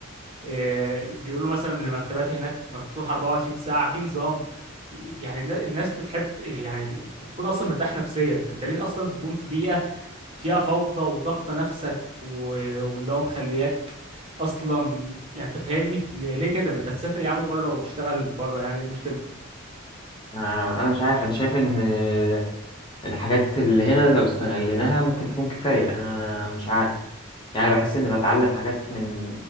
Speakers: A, on the right; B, on the left.
A: إيه، بيقولوا مثلا إن المكتبات هناك مفتوحة 24 ساعة في نظام يعني النا- الناس بتحب يعني بتكون اصلا مرتاح نفسيا فانت ليه اصلا تكون في بيئة فيها فوضى وضغط نفسك و- واللي هو مخلياك اصلا يعني انت فاهمني ليه ليه كده ما انت تسافر يا عم بره واشتغل بره يعني ايه المشكلة
B: آه، انا مش عارف انا شايف ان آه، الحاجات اللي هنا لو استغليناها ممكن تكون كفاية انا مش عارف يعني بحس اني بتعلم حاجات من